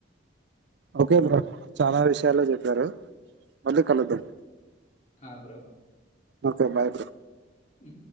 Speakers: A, on the right; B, on the left.
A: ఓకే బ్రో చాలా విషయాల్లో చెప్పారు మళ్ళీ కలుద్దాం
B: హ బ్రో
A: ఓకే బాయ్ బ్రో
B: హు